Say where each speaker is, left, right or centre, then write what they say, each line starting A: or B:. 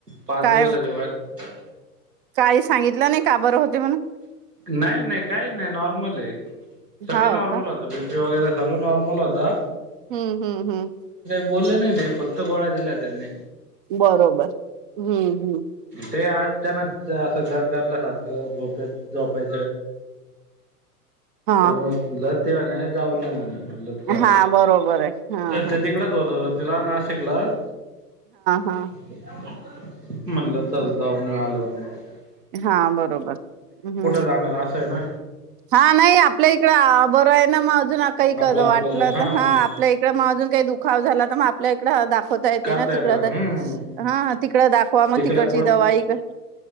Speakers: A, on the right; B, on the right.
A: पाच
B: काय
A: दिवसाच्या गोळ्या
B: काही सांगितलं नाही का बरं होते म्हणून?
A: नाही, नाही काही नाही नॉर्मल आहे सगळं
B: हो
A: नॉर्मल
B: का
A: होतं बी... वगैरे सर्व नॉर्मल होतं.
B: हं हं हं
A: बोलले नाही ते फक्त गोळ्या दिल्या त्यांनी.
B: बरोबर.... हं
A: ते अचानक.. ते असं गर-गरल्यासारखं झोपेत-झोपाय...
B: हा
A: मुळे लते <unintelligible> जाऊन येऊ म्हणे.. म्हटलं चल
B: हां बरोबर आहे, हां हां.
A: ते
B: ‌
A: तिकडच होत होत तिला नाशिकलाच
B: हा
A: <inaudible> म्हणलं चल जाऊन येऊ. नलोर म <unintelligible>
B: हां बर.. हं..
A: जाणार असं आहे ना
B: हा नाही आपल्या इकडं बरं आहे ना मग. काही
A: आपलं
B: कसं
A: आपलं
B: वाटलं
A: इथं हा
B: तर, हां आपल्या इकडं अजून काही दुखाव झालात आपल्याकडं दाख - होता येत
A: करता
B: ना तिकड
A: हम्म
B: हां तीकडा दाखवा म
A: तिकडं
B: तिकडची दवाई -